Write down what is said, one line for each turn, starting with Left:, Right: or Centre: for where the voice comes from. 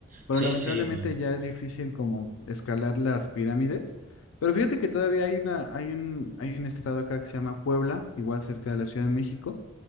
Left: pero
Right: Sí,
Left: lamentablemente
Right: sí. me-
Left: ya es difícil como escalar las pirámides. Pero fíjate que todavía hay una, hay un, hay un estado acá que se llama Puebla, igual cerca de la Ciudad de México,